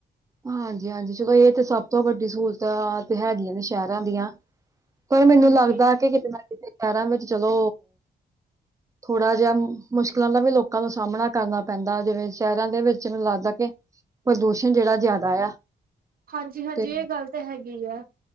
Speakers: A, on the right; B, on the right.
A: ਹਾਂਜੀ - ਹਾਂਜੀ ਚਲੋ। ਇਹ ਤੇ ਸਭ ਤੋਂ ਵੱਡੀ ਸਹੂਲਤਾਂ ਤੇ ਹੈਗੀਆਂ ਨੇ ਸ਼ਹਿਰਾਂ ਦੀਆਂ। ਪਰ ਮੈਨੂੰ
B: ਹਾਂਜੀ
A: ਲੱਗਦਾ ਕਿ ਕਿਤੇ ਨਾ ਕਿਤੇ ਸ਼ਹਿਰਾਂ ਵਿੱਚ ਚਲੋਂ। ਥੋੜਾ ਜਹਾ ਮੁਸ਼ਕਿਲਾਂ ਦਾ ਵੀ ਲੋਕਾਂ ਨੂੰ ਸਾਹਮਣਾ ਕਰਨਾ ਪੈਂਦਾ। ਜਿਵੇਂ ਸ਼ਹਿਰਾਂ ਦੇ ਵਿੱਚ ਮੈਨੂੰ ਲੱਗਦਾ ਕੇ ਪ੍ਰਦੂਸ਼ਣ ਜਿਹੜਾ। ਜ਼ਿਆਦਾ ਆ
B: ਹਾਂਜੀ ਹਾਂਜੀ
A: ਤੇ
B: ਇਹ ਗੱਲ ਤਾਂ ਹੈਗੀ ਆ